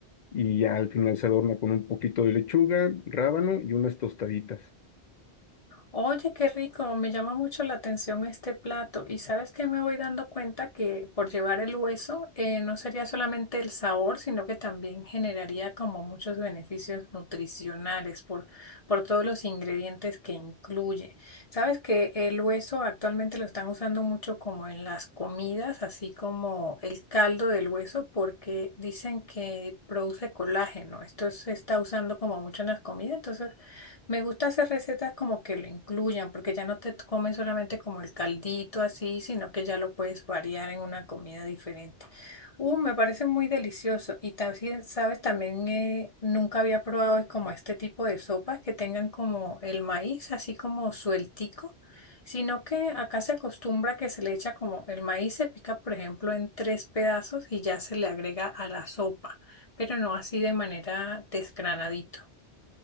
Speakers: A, on the left (about 55°); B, on the left (about 35°).
A: y ya al final se adorna con un poquito de lechuga, rábano y unas tostaditas.
B: Oye, qué rico, me llama mucho la atención este plato. Y sabes que me voy dando cuenta que por llevar el hueso eh, no sería solamente el sabor, sino que también generaría como muchos beneficios nutricionales por, por todos los ingredientes que incluye. Sabes que el hueso actualmente lo están usando mucho como en las comidas, así como el caldo del hueso, porque dicen que produce colágeno. Esto se está usando como mucho en las comidas, entonces. Me gusta hacer recetas como que lo incluyan, porque ya no te comes solamente como el caldito así, sino que ya lo puedes variar en una comida diferente. Uh, me parece muy delicioso. Y también, sabes, también eh, nunca había probado como este tipo de sopas que tengan como el maíz así como sueltico, sino que acá se acostumbra que se le echa como el maíz se pica, por ejemplo, en tres pedazos y ya se le agrega a la sopa, pero no así de manera desgranadito.